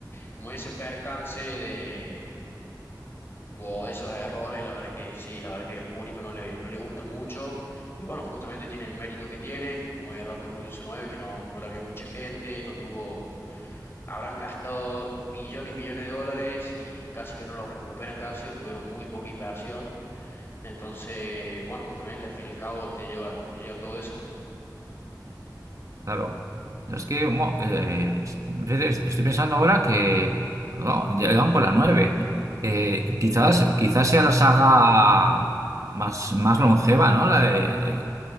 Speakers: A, on the left (about 35°); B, on the right (about 45°).
A: como ese percance de como esos errores, la verdad que sí, la verdad que el público no le, no le gusta mucho. Y bueno, justamente tienen el mérito que tienen, como es Rápido y Furioso 9, que no, no la vio mucha gente, no tuvo, habrán gastado millones y millones de dólares y casi que no lo recuperan casi, o tuvieron muy poca inversión. Entonces, bueno, justamente al fin y al cabo te lleva, te lleva todo eso.
B: Claro. Es que mo- eh, fíjate, estoy pensando ahora que no, ya van por la 9. Eh, quizás, quizás sea la saga más, más longeva, ¿no? La de,